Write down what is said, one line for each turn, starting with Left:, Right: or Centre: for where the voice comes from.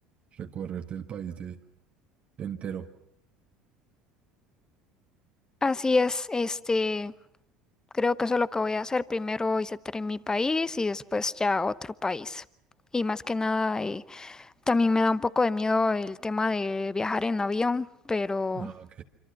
Right: recorrerte el país de entero.
Left: Así es, este, creo que eso es lo que voy a hacer. Primero visitaré mi país y después ya otro país. Y más que nada, eh, también me da un poco de miedo el tema de viajar en avión, pero
Right: Ah, ok.